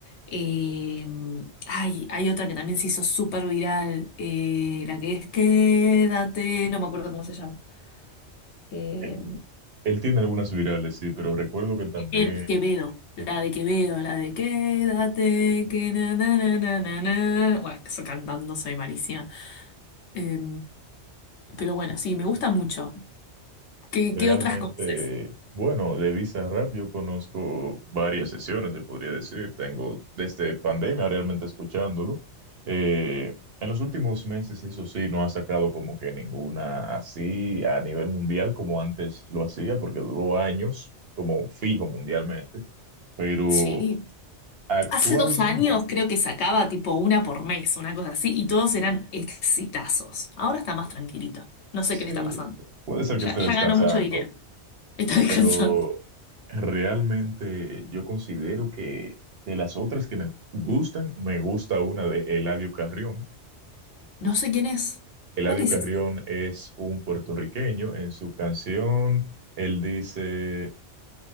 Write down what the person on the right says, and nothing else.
Eh, Él tiene algunas virales, sí, pero recuerdo que también
Realmente,
bueno, de Bizarrap yo conozco varias sesiones, se podría decir. Tengo desde pandemia realmente escuchándolo. Eh, en los últimos meses, eso sí, no ha sacado como que ninguna así a nivel mundial como antes lo hacía, porque duró años como fijo mundialmente. Pero
actualmente
sí,
puede ser
que esté
descansando
pero realmente yo considero que de las otras que me gustan, me gusta una de Eladio Carrión.
Eladio
Carrión
es un puertorriqueño. En su canción, él dice,